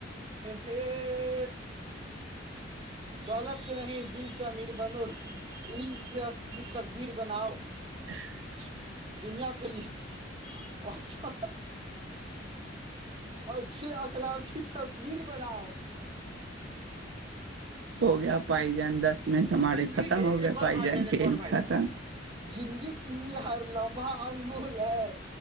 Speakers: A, on the right (about 25°); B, on the right (about 70°).
A: ووو <unintelligible> <inaudible> دولت سے نہیں دل سے امیر بنو علم سے اپنی تقدیر بناؤ
B: <unintelligible> <inaudible> ں
A: دنیا ت ہیا اچھے اخلاق کی تصویر بناؤ
B: ہو گیا پائی جان دس منٹ ہمارے
A: زندگی
B: ختم
A: کے ایک
B: ہو
A: ایک
B: گئے
A: اور
B: پائی
A: بھائی
B: جان
A: ایک
B: کھیل
A: اور بھائی
B: ختم
A: جان زندگی کی یہ ہر لمبا انمول ہے